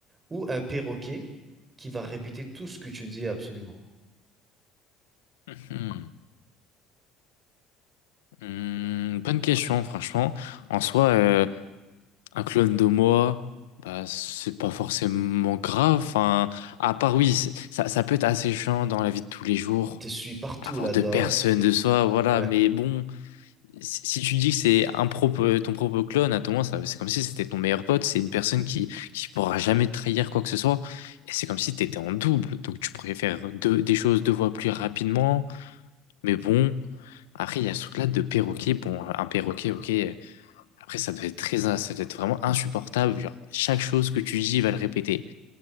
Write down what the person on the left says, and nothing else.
Mhm. Hum, bonne question, franchement. En soi, euh, un clone de moi, bah, c'est pas forcément grave. Enfin, à part, oui, c'est- ça, ça peut être assez chiant dans la vie de tous les jours.
Avoir
deux personnes de soi, voilà,
mais bon. si si tu dis que c'est un propre, ton propre clone, à ton moment, ça- c'est comme si c'était ton meilleur pote, c'est une personne qui qui pourra jamais te trahir quoi que ce soit. Et c'est comme si tu étais en double, donc tu pourrais faire deux- des choses deux fois plus rapidement. Mais bon, après, il y a ce truc-là de perroquet. Bon, un perroquet, ok. Après, ça doit être très, ça doit être vraiment insupportable. Genre, chaque chose que tu dis, il va le répéter.